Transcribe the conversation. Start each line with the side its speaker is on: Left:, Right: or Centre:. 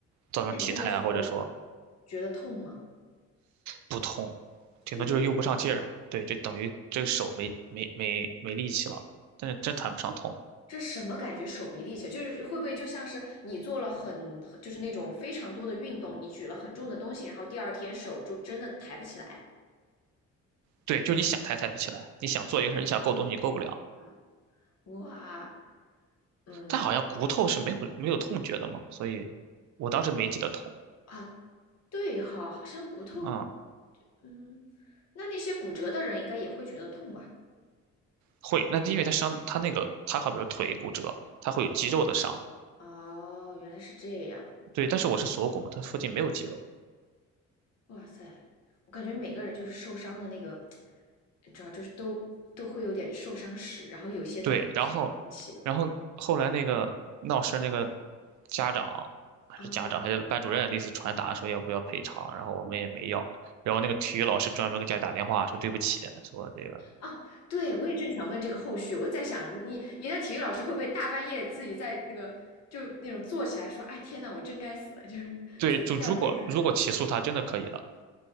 Right: 造成体态啊，
Left: 那你那个时候
Right: 或者说
Left: 觉得痛吗？
Right: 不痛，顶多就是用不上劲儿。
Left: 觉
Right: 对，就等于这个手没没没没力气了，但是真谈不上痛。
Left: 这什么感觉？手没力气，就是会不会就像是你做了很，就是那种非常多的运动，你举了很重的东西，然后第二天手就真的抬不起来
Right: 对，就是你想抬抬不起来，你想做一个事儿，你想够东西你够不了。
Left: 啊？哇，嗯
Right: 但好像骨头是没有没有痛觉的嘛，所以我当时没记得痛。
Left: 啊，对哈，好像骨头，
Right: 嗯，
Left: 嗯，那那些骨折的人应该也会觉得痛吧？
Right: 会，那因为它伤，它那个它好比说腿骨折，它会有肌肉的伤，
Left: 哦，原来是这样，
Right: 对，但是我是锁骨嘛，它附近没有肌肉。
Left: 哇塞，我感觉每个人就是受伤的那个，你知道，就是都都会有点受伤史，然后有些都还挺神奇的
Right: 对，然后，然后后来那个闹事儿那个家长还是家长还是班主任，
Left: 啊。
Right: 类似传达说要不要赔偿，然后我们也没要。然后那个体育老师专门给家里打电话说对不起，说这个
Left: 啊，对，我也正想问这个后续，我在想你你的体育老师会不会大半夜自己在那个就那种坐起来说，哎天呐，我真该死，就是怎么这样对一个孩子？
Right: 对，就如果如果起诉他真的可以的，